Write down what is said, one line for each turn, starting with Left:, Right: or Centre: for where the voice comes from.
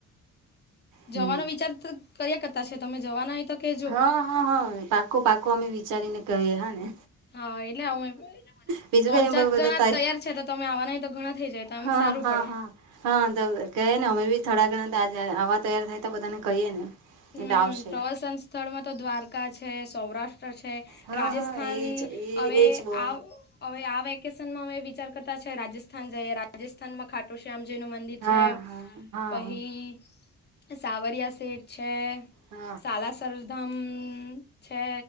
Right: હમ
Left: જવાનો વિચાર ત કર્યા કરતા છે તમે જવાના હોય તો કહેજો
Right: હ હ હ પાક્કુ પાક્કુ અમે વિચારીને કયે હ ને.
Left: હ એટલે હ
Right: બીજું
Left: ત્રણ
Right: કઈ ને
Left: ચાર
Right: બધા
Left: જણા
Right: થાય
Left: જ તૈયાર છે તો તમે આવાના હોય તો ઘણા થઇ જાય. તેમ
Right: હા
Left: સારું
Right: હા
Left: પડે.
Right: હા હા તો ક ને અમે બી થોડા ગણા આજ આ આવા તૈયાર થાય તો બધાને કહીએ ને.
Left: હમ
Right: એટલે આવશે
Left: પ્રવાસન સ્થળમાં તો દ્વારકા છે, સૌરાષ્ટ્ર છે,
Right: હા
Left: રાજસ્થાન
Right: હા એજ એ
Left: હવે
Right: એજ બો
Left: આ અવે આ વેકેસનમાં અમે વિચાર કરતા છે રાજસ્થાન જઈએ રાજસ્થાનમાં ખાટું શ્યામજી નું મં દિ
Right: હા
Left: છે
Right: હા હા
Left: પહી સાવરિયા સેઠ છે.
Right: હ
Left: બાલાસર ધામ છે